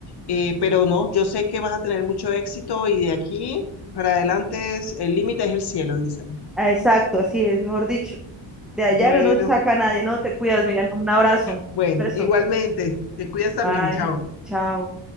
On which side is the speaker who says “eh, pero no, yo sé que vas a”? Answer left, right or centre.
Left